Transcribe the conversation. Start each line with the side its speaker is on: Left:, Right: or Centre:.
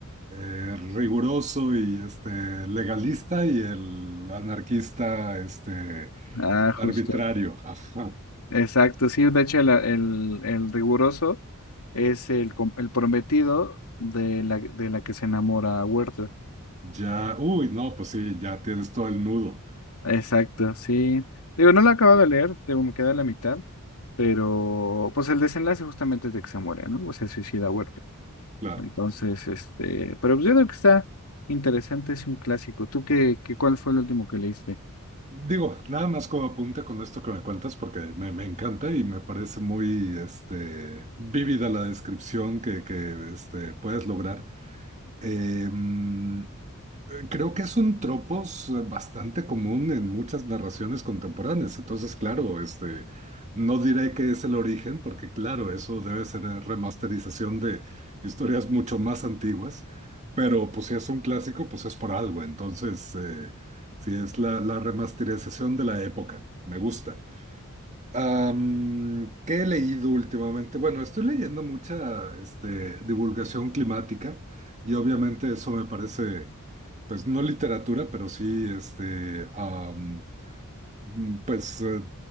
Right: eh, riguroso y este, legalista y el anarquista este,
Left: Ah, justo.
Right: arbitrario. Ajá.
Left: Exacto, sí, de hecho el, el, el riguroso es el, com- el prometido de la, de la que se enamora Werther.
Right: Ya, uy, no, pues sí, ya tienes todo el nudo,
Left: Exacto, sí. Digo, no lo he acabado de leer, tengo, me queda la mitad, pero pues el desenlace justamente es de que se muere, ¿no? O se suicida Huerta.
Right: claro.
Left: Entonces, este, pero pues yo creo que está interesante, es un clásico. ¿Tú qué, qué cuál fue el último que leíste?
Right: Digo, nada más como apunta con esto que me cuentas, porque me, me encanta y me parece muy este, vívida la descripción que, que este, puedes lograr. Em, Creo que es un tropos eh, bastante común en muchas narraciones contemporáneas. Entonces, claro, este, no diré que es el origen, porque claro, eso debe ser eh, remasterización de historias mucho más antiguas. Pero pues si es un clásico, pues es por algo. Entonces, eh, si es la, la remasterización de la época, me gusta. Am, ¿qué he leído últimamente? Bueno, estoy leyendo mucha este, divulgación climática y obviamente eso me parece pues no literatura, pero sí, este, am, mm, pues eh,